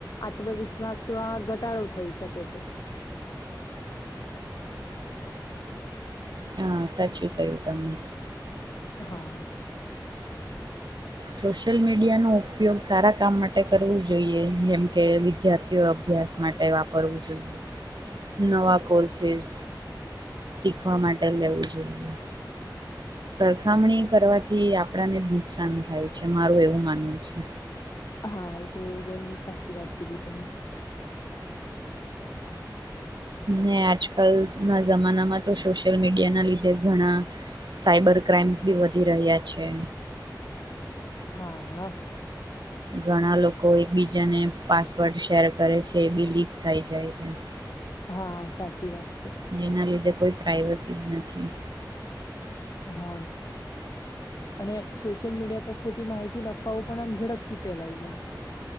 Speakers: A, on the left (about 55°); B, on the right (about 70°).
A: ત્વવિશ્વાસમાં ઘટાડો થઈ શકે છે.
B: હા, સાચું કયું તમે
A: હા.
B: સોશિયલ મીડિયાનો ઉપયોગ સારા કામ માટે કરવું જોઈએ. જેમ કે, વિદ્યાર્થીઓ અભ્યાસ માટે વાપરવું જોઈએ, નવા કોર્સીસ શીખવા માટે લેવું જોઈએ. સરખામણી કરવાથી આપડાને જ નુકસાન થાય છે, મારું એવું માનવું છે.
A: હા, એ તો ઘણી સાચી વાત કીધી તમે.
B: ને આજકાલના જમાનામાં તો સોશિયલ મીડિયાના લીધે ઘણા સાઈબર ક્રાઈમ્સ બી વધી રહ્યા છે.
A: હા.
B: ઘણા લોકો એકબીજાને પાસવર્ડ શેર કરે છે એ બી લીક થઈ જાય છે. <inaudible>
A: હા, સાચી વાત છે.
B: જેના લીધે કોઈ પ્રાઇવસી જ નથી.
A: હા. અને સોશિયલ મીડિયા પર ખોટી માહિતી ન અફવાઓ પણ આમ ઝડપથી ફેલાઈ જાય છે.